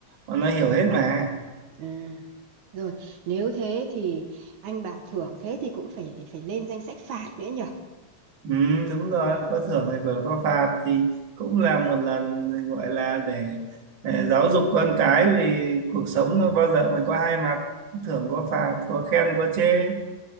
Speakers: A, on the right; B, on the right.
A: bọn nó hiểu hết mà
B: à. rồi nếu thế thì anh bảo thưởng thế thì cũng phải phải lên danh sách phạt nữa nhỉ
A: Ừ, đúng rồi, có thưởng hay vừa có phạt thì cũng là một lần gọi là để, để giáo dục con cái vì cuộc sống nó bao giờ mới có hai mặt, có thưởng có phạt, có khen có chê,